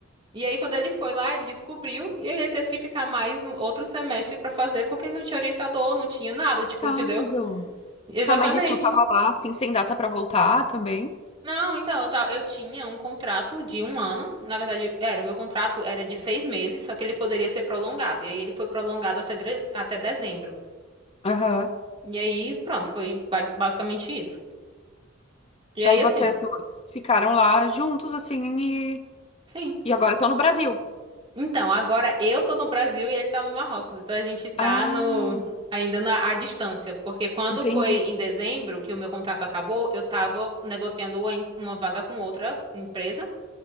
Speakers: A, on the right; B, on the left.
A: E aí, quando ele foi lá, ele descobriu, e aí ele teve que ficar mais um- outro semestre pra fazer, porque ele não tinha orientador, não tinha nada, tipo,
B: lamentável.
A: entendeu? Exatamente.
B: Tá, mas e tu tava lá, assim, sem data pra voltar também?
A: Não, então, eu, ta- eu tinha um contrato de um ano. Na verdade, era, o meu contrato era de seis meses, só que ele poderia ser prolongado. E aí ele foi prolongado até, dre- até dezembro.
B: Aham.
A: E aí, pronto, foi ba- basicamente isso. E
B: Daí
A: aí,
B: vocês
A: assim,
B: dois ficaram lá juntos, assim, e,
A: sim.
B: e agora estão no Brasil.
A: Então, agora eu tô no Brasil e ele tá no Marrocos. Então a gente tá
B: Ah,
A: no, ainda na, à distância. Porque quando
B: entendi.
A: foi em dezembro que o meu contrato acabou, eu tava negociando em- uma vaga com outra empresa.